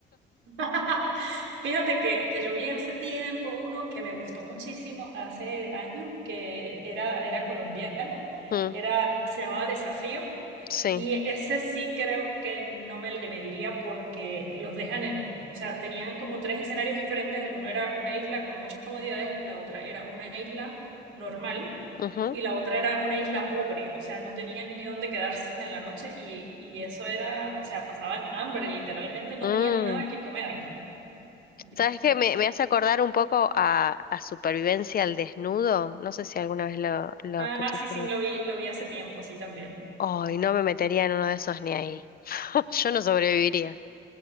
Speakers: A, on the right; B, on the left.
A: <laughs> Fíjate que, que yo vi hace tiempo uno que me gustó muchísimo, hace años, que era, era colombiano,
B: Mm,
A: era, se llamaba Desafío,
B: sí.
A: y ese sí creo que no me le mediría porque los dejan en, eh, o sea, tenían como tres escenarios diferentes, el uno era una isla con muchas comodidades, la otra era una isla normal.
B: Ujú.
A: Y la otra era una isla pobre, o sea, no tenían ni dónde quedarse en la noche y, y eso era, o sea, pasaban hambre, literalmente no
B: Mm.
A: tenían nada que comer. Ya.
B: ¿Sabes qué? Me, me hace acordar un poco a, a Supervivencia al Desnudo. No sé si alguna vez lo, lo
A: Ah,
B: escuchaste.
A: sí, sí,
B: ¿no?
A: lo vi, lo vi hace tiempo, sí, también.
B: Ay, no me metería en uno de esos ni ahí. <laughs> Yo no sobreviviría.